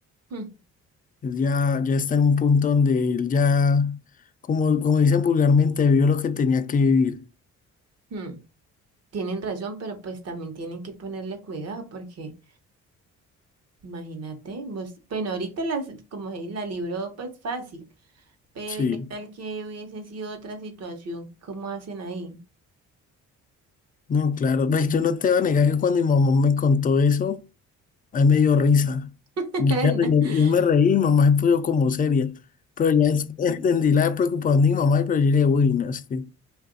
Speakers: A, on the right; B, on the left.
A: Mm,
B: Él ya, ya está en un punto donde él ya, como, como dicen vulgarmente, vio lo que tenía que vivir.
A: mm. Tienen razón, pero pues también tienen que ponerle cuidado, porque imagínate, vos, bueno, ahorita las, como se- la libró, pues fácil, pero
B: Sí.
A: ¿y qué tal que hubiese sido otra situación? ¿Cómo hacen ahí?
B: No, claro, pues yo no te voy a negar que cuando mi mamá me contó eso, Ahí me dio risa.
A: <laughs>
B: Y claro, yo, yo me reí, mamá se puso como seria. Pero ya es- entendí la preocupación de mi mamá, pero yo le dije, uy, no, es que